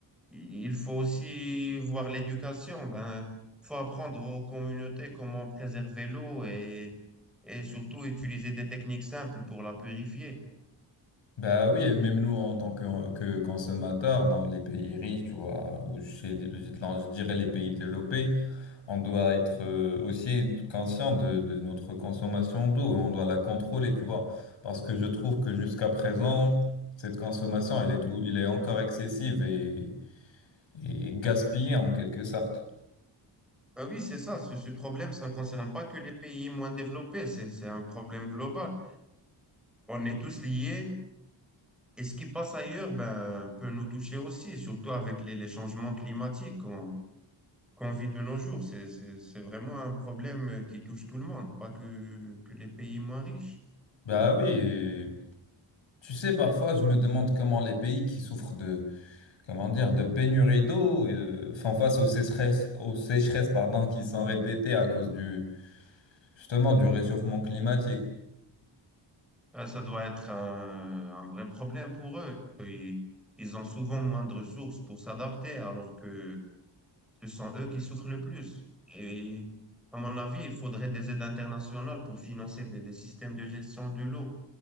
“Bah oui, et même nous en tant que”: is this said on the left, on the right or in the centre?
Left